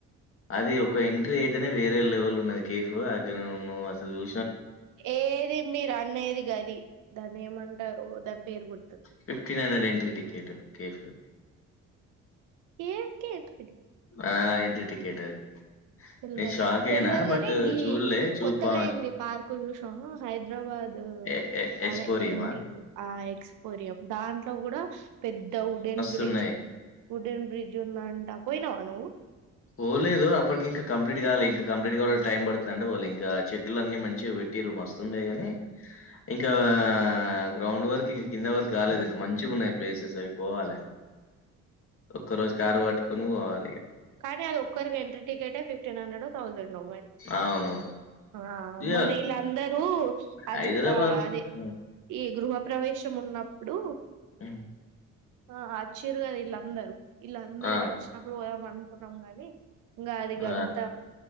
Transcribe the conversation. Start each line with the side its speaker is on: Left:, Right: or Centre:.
Left: అది ఒక
Right: ఆ
Left: ఎంట్రీ అయితేనే వేర్ లెవెల్ ఉన్నది కేఫ్ అక్కడ నువ్ అసలు చూ
Right: ఏది మీరు అనేది గది దాన్ని ఏమంటారు దాని పేరు గుర్
Left: fifteen hundred entry ticket cafe
Right: ఏఫ్ కేక్
Left: ఆ ఎంట్రీ టికెట్ అది
Right: తెల్వద్
Left: నేను షాక్
Right: తెల్వద్
Left: అయినా. బట్
Right: గని గి
Left: చూడలే. చూపా
Right: కొత్తగా అయింది పార్కు చూసినవా హైదరాబాద్
Left: ఎ ఎ ఎక్స్‌పోరియమా?
Right: అదే ఎండింగ్ ఆ ఎక్సపోరియో దాంట్ల కూడా పెద్ద ఉడెన్ బ్
Left: సున్నాై
Right: వుడెన్ బ్రిడ్జ్ ఉందంటా పోయినావా నువ్వు
Left: పోలేదు అప్పటికి ఇంకా కంప్లీట్ కావాలి ఇంకా కంప్లీట్ కావాలి టైం పడుతది అంటే పోలే ఇంక చెట్లు అన్నీ మంచిగా టీర్రు మస్తుండే కానీ ఇంకా గ్రౌండ్ వర్క్ ఇంక కింద వర్క్ కాలేదు ఇంక మంచి వున్నాయి ప్లేసెస్ అవి పోవాలే ఒక్క రోజు కారు పట్టుకొని పోవాలి ఇగ
Right: కానీ అది ఒక్కరికి ఎంట్రీ టికెటే ఫిఫ్టీన్ హండ్రెడో థౌజండో మరి
Left: అవును.
Right: ఆ
Left: ఇగ
Right: మొన్న ఇలందరు అజ్
Left: హైదరాబాద్‌లో
Right: ఆ అదే
Left: హ్మ్.
Right: ఈ గృహ ప్రవేశం ఉన్నప్పుడు
Left: మ్మ్
Right: ఆ అచ్చిరు కదా వీళందరూ వీళ్ళందరు
Left: ఆ!
Right: వచ్చినప్పుడు పోదాం అనుకున్నాం గాని ఇంగా అది
Left: ఆ!
Right: గంత